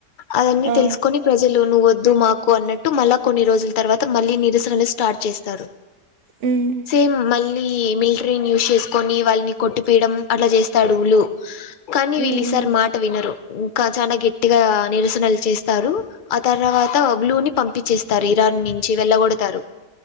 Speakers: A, on the left; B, on the right.
A: అవన్నీ
B: ఆ,
A: తెలుసుకోని ప్రజలు నువ్వు వద్దు మాకు అన్నట్టు మల్ల కొన్ని రోజు తవాత మళ్ళీ నిరసలిస్ స్టార్ట్ చేస్తారు.
B: మ్మ్.
A: చే మల్ లీ మిలిటరింగ్ యూస్ చేసుకొని వాళ్ళని కొట్టి పీయడం అట్ల చేస్తాడు లు కానీ
B: మ్మ్.
A: వీళ్ళిసారి మాట వినరు. ఇంకా చానా గట్టిగా నిరసనలు చేస్తారు ఆ తర్వాత బ్లూని పంపించేస్ తరీరాన్ని వెళ్ళగొడతారు.